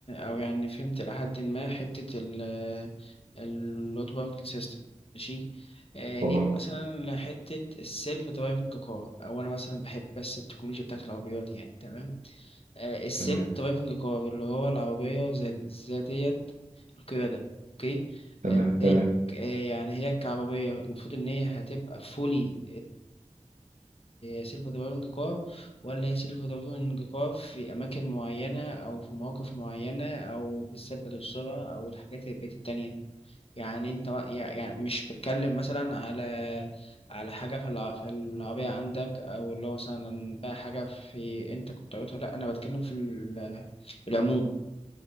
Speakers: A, on the left; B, on the right.
A: او يعني فهمت لحد ما حته ال اللوت باركل سيستم ماشي آه،
B: تمام
A: نيجي مثلا لحته السيلف درايفنج كار او انا مثلا بحب بس التكنولوجيا بتاعت العربيات يعني تمام آه، السيلف
B: تمام
A: درايفنج كار اللي هو العربية ذا- ذاتية القيادة اوكي
B: تمام
A: آه، هي
B: تمام
A: آه، يعني هي كعربية المفروض ان هي هتبقى فولي سيلف درايفنج كار ولا هي سيلف درايفنج كار في اماكن معينة او في مواقف معينة او بتثبت السرعة او الحاجات البقية التانية يعني انت ما- يع- يعني مش بتكلم مثلا على على حاجة في الع- في العربية عندك او اللي هو مثلا بقى حاجة في انت كنت عملتها لا انا بتكلم في ال- العموم